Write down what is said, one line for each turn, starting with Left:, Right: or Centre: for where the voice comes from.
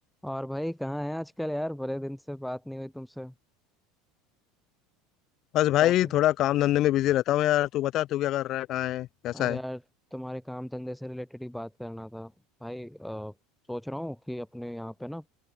Centre: और भाई कहाँ है आजकल यार बड़े दिन से बात नहीं हुई तुमसे
Left: बस भाई
Centre: क्या कर
Left: थोड़ा काम धंधे में बिजी रहता हूँ यार तू बता तू क्या कर रहा है कहाँ है कैसा
Centre: अरे
Left: है
Centre: यार तुम्हारे काम धंधे से रिलेटेड ही बात करना था भाई अ, सोच रहा हूँ कि अपने यहाँ पे ना